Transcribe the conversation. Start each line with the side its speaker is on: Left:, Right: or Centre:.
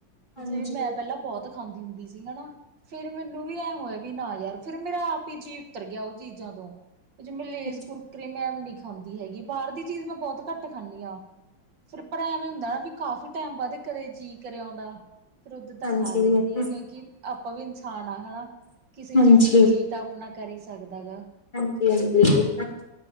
Right: ਵੀ
Left: ਹਾਂਜੀ
Right: ਜਿ ਮੈਂ ਪੈਲਾਂ ਬੋਤ ਖਾਂਦੀ ਹੁੰਦੀ ਸੀ ਹਨਾ। ਫਿਰ ਮੈਨੂੰ ਵੀ ਐਂ ਹੋਇਆ ਵੀ ਨਾ ਯਾਰ ਫਿਰ ਮੇਰਾ ਆਪ ਹੀ ਜੀਅ ਉਤਰ ਗਿਆ ਓ ਚੀਜ਼ਾਂ ਤੋਂ ਜਿ ਮਲੇਜ
Left: ਹਾਂਜੀ
Right: ਕੁਰਕਰੇ ਮੈਂ ਨੀ ਖਾਂਦੀ ਹੈਗੀ ਬਾਰ ਦੀ ਚੀਜ਼ ਮੈਂ ਬਹੁਤ ਘੱਟ ਖਾਂਦੀ ਹਾਂ। ਫਿਰ ਪਰ ਐਵੇਂ ਹੁੰਦਾ ਨਾ ਵੀ ਕਾਫੀ ਟਾਈਮ ਵੱਧ ਕਦੇ ਜੀਅ ਕਰ ਆਉਂਦਾ। ਫਿਰ ਉਧ ਤਾਂ
Left: ਹਾਂਜੀ
Right: ਖਾ ਲਈ
Left: ਹਾਂਜੀ
Right: ਦੀ ਆ ਕਿਉਂਕਿ ਆਪਾਂ ਵੀ ਇਨਸਾਨ ਹ ਹਨਾ ਕਿਸੇ
Left: ਹਾਂਜੀ
Right: ਚੀਜ਼ ਲਈ ਜੀ ਤਾ ਆਪਣਾ ਕਰੀ ਸਕਦਾ ਗਾ।
Left: ਹਾਂਜੀ-ਹਾਂਜੀ ਬਿਲਕੁਲ